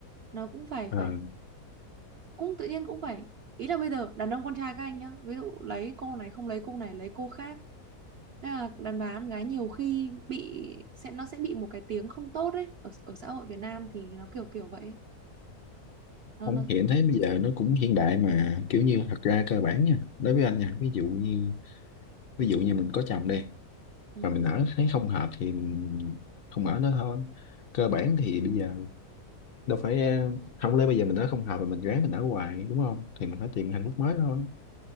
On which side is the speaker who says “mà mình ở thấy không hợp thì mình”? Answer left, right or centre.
Left